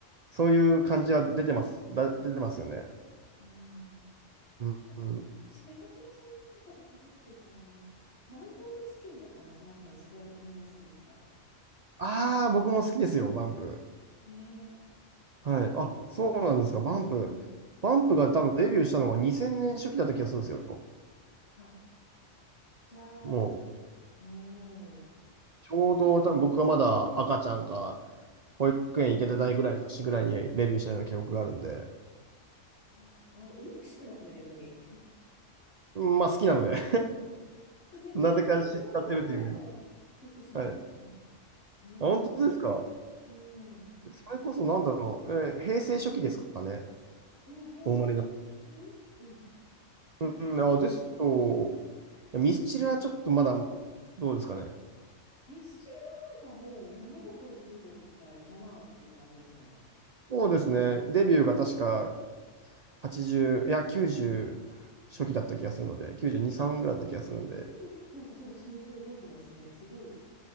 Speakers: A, on the right; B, on the left.
A: そういう感じは出てます。だ、出てますよね。
B: ーん。<laughs>
A: うん、うん。
B: もしくは中村さんとかと被ってるのは、あの、バンプオブチキンとかもそのあたりすごいみんな好きでした。
A: ああ、僕も好きですよ、バンプ。
B: ね
A: はい。あ、そうなんですか。バンプ。バンプが多分デビューしたのが2000年初期だった気がするんですよ。
B: え。あ、じゃあ、
A: もう、
B: おー、
A: ちょうど多分僕がまだ赤ちゃんか、保育園行けてないぐらいの年ぐらいにレビューしたような記憶があるんで。
B: そっか。よく知ってますね、逆に。
A: うんまあ好きなので <laughs>。
B: <laughs> 逆に自分で生まれた頃の曲知らないかも。
A: なぜか知っちゃってるっていう。はい。
B: へえ、
A: あ、本当ですか。
B: うん。
A: それこそなんだろう。えー平成初期ですかね。
B: うん、平成
A: お生まれになっ
B: に、うん、にねん。
A: た。うん、あ、ですと、ミスチルはちょっとまだ、どうですかね。
B: ミスチルはなんかもう物心ついた時からいたなっていう感じですね。
A: そうですね。デビューが確か80、いや、90初期だった気がするので、92、3ぐらいだった気がするんで。
B: よくなんかそういう数字で覚えてますね。すごい。